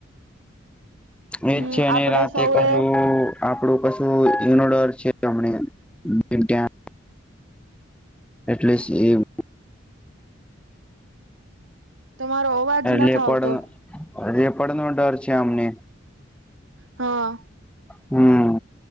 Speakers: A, in the centre; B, on the right (about 75°).
A: એજ
B: હમ
A: છે અને
B: આપડે
A: રાતે
B: સૌએ
A: કશું આપડું કશું ઇનોડર છે હમને જેમ ત્યાં એટલીસ એ
B: તમારો અવાજ નથી
A: લેપડનો
B: આવતો
A: લેપડનો ડર છે, અમને
B: હા.
A: હમ